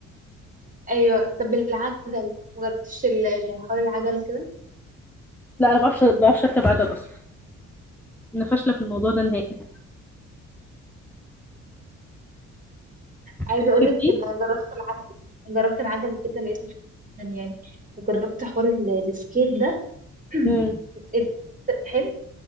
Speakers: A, on the right; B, in the centre.
A: ايوه طب العجل مجربتش ال- ال- حوار العجل كده
B: لا انا ما بعرفش ما بعرفش اركب عجل اصلا انا فاشله في الموضوع ده نهائي
A: عايزة
B: بتحبيه
A: اقول لك ان انا جربت العجل جربت العجل كده لقيته حلو جدا يعني وجربت حوار ال- السكيت ده <clears throat>
B: امم
A: حلو